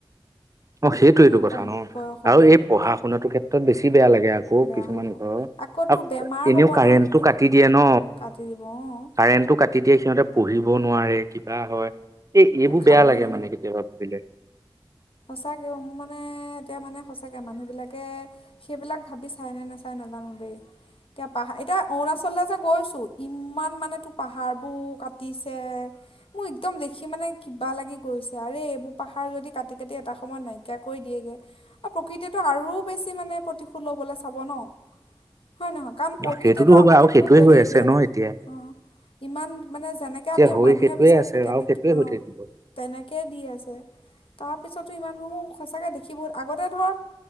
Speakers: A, on the right (about 35°); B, on the left (about 85°).
A: অ সেইটো
B: ইমান
A: এইটো কথা
B: কম
A: ন
B: বয়সতে
A: আৰু এই পঢ়া শুনাটোৰ ক্ষেত্ৰত বেছি বেয়া লাগে আকৌ
B: বেয়া
A: কিছুমান
B: হ'ব
A: ঘৰ
B: আকৌ
A: আৰু
B: তোৰ বেমাৰ
A: এনেও
B: হ'ব
A: কাৰেন্টটো
B: নহয় তেতিয়া
A: কাটি দিয়ে ন
B: কাটি দিব অঁ
A: কাৰেণ্টটো কাটি দিয়ে সিহঁতে পঢ়ি নোৱাৰে কিবা হয় এই এইবোৰ
B: খাবলৈ
A: বেয়া লাগে মানে কেতিয়াবা ভাবিলে
B: তাকে মানে এতিয়া মানে সঁচাকে মানুহ বিলাকে সেইবিলাক ভাবি চাই নে নেচাই নাজানো দেই এতিয়া পাহাৰ এতিয়া অৰুণাচললে যে গৈছো ইমান মানে তোৰ পাহাৰ বোৰ কাটিছে মোৰ একদম দেখি সি মানে কিবা লাগি গৈছে আৰে এইবোৰ পাহাৰ যদি কাটি কাটি এটা সময়ত নাইকিয়া কৰি দিয়েগে প্ৰকৃতিয়ে টো আৰু বেছি মানে প্ৰতি ল'বলৈ চাব ন হয় নহয় কাৰণ
A: ন
B: প্ৰকৃতিয়েটো
A: সেইটোতো হ'ব
B: আমাক
A: আৰু
B: একো
A: সেইটোৱে হৈ
B: হেৰি
A: আছে
B: দিয়া
A: ন
B: নাই
A: এতিয়া
B: অ ইমান মানে যেনেকে
A: এতিয়া
B: আমি
A: হৈ
B: মানুহে
A: সেইটোৱে
B: বিচাৰিছো
A: আছে
B: তেনেকে
A: আৰু সেইটোৱে
B: অ
A: হৈ থাকিব
B: তেনেকে দি আছে তাৰপিছত টো ইমানবোৰ মোৰ সঁচাকৈ দেখিব বহুত আগতে ধৰ